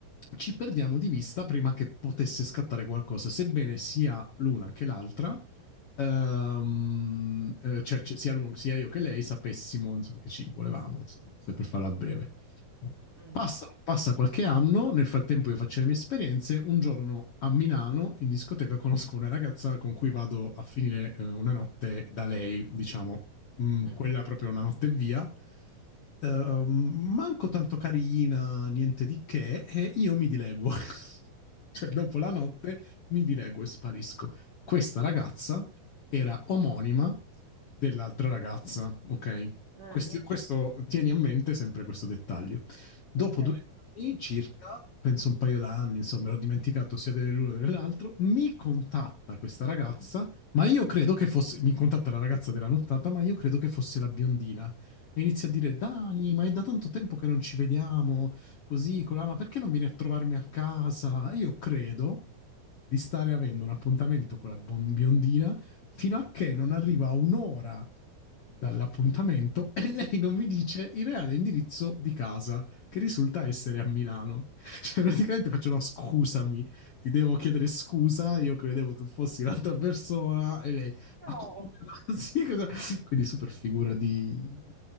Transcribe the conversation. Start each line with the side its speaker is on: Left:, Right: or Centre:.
Left: ci perdiamo di vista prima che potesse scattare qualcosa, sebbene sia l'una che l'altra. ehm, eh, cioè, cioè, sia, l'uno- sia io che lei sapessimo insomma, che ci volevamo, insomma, se per farla breve.
Right: mm,
Left: Passa, passa qualche anno, nel frattempo io faccio le mie esperienze, un giorno a Milano in discoteca conosco una ragazza con cui vado a finire eh, una notte da lei, diciamo, mm,
Right: mm, mm.
Left: quella proprio una notte via, eh, manco tanto carina, niente di che, e io mi dileguo. <laughs> cioè, dopo la notte mi dileguo e sparisco. Questa ragazza era omonima dell'altra ragazza, ok?
Right: Ah,
Left: Questi-
Right: no?
Left: questo, tieni a mente sempre questo dettaglio. Dopo
Right: ok.
Left: due anni circa, penso un paio d'anni, insomma, l'ho dimenticato sia dell'uno che dell'altro, mi contatta questa ragazza, ma io credo che fosse, mi contatta la ragazza della nottata, ma io credo che fosse la biondina e inizia a dire Dani, ma è da tanto tempo che non ci vediamo, così, colà, ma perché non vieni a trovarmi a casa? E io credo di stare avendo un appuntamento con la bon- biondina fino a che non arriva a un'ora dall'appuntamento e lei non mi dice il reale indirizzo di casa, che risulta essere a Milano. <laughs> Cioè, praticamente faccio no, scusami, ti devo chiedere scusa, io credevo tu fossi l'altra persona e lei,
Right: No.
Left: ma come? <laughs> Sì, cosa? Quindi super figura di